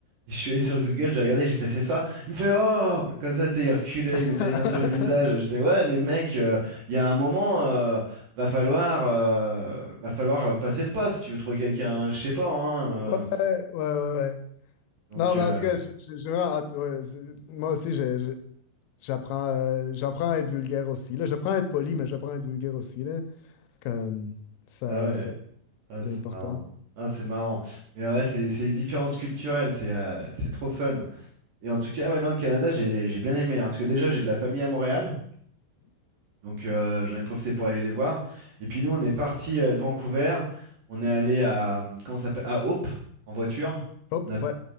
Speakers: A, on the right; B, on the left.
A: Je suis allé sur Google, j'ai regardé, j'ai fait, c'est ça. Il me fait, oh! Comme ça, tu sais, il reculait,
B: <laughs>
A: il mettait les mains sur le visage. J'étais, ouais, mais mec, euh, il y a un moment, euh, va falloir, euh, va falloir euh, passer le pas si tu veux trouver quelqu'un, hein, je sais pas, hein.
B: Ouais,
A: euh.
B: ouais, ouais, ouais.
A: donc,
B: Non, mais
A: euh,
B: en tout cas, j'ai j'ai- j'ai vraiment hâte. ouais, c'est- moi aussi, j'ai- j'ai- j'apprends euh, j'apprends à être vulgaire aussi, là. J'apprends à être poli, mais j'apprends à être vulgaire aussi, là. Comme ça,
A: bah ouais,
B: ça,
A: ah,
B: c'est
A: c'est
B: important.
A: marrant. Ah, c'est marrant. Mais ouais, c'est c'est les différences culturelles, c'est euh, c'est trop fun. Et en tout cas, ouais, dans le Canada, j'ai j'ai bien aimé, hein, parce que déjà, j'ai de la famille à Montréal. Donc euh, j'en ai profité pour aller les voir. Et puis nous, on est parti euh, de Vancouver. On est allé à, euh, comment ça s'appelle, à Hope en voiture.
B: Hop,
A: On a,
B: ouais.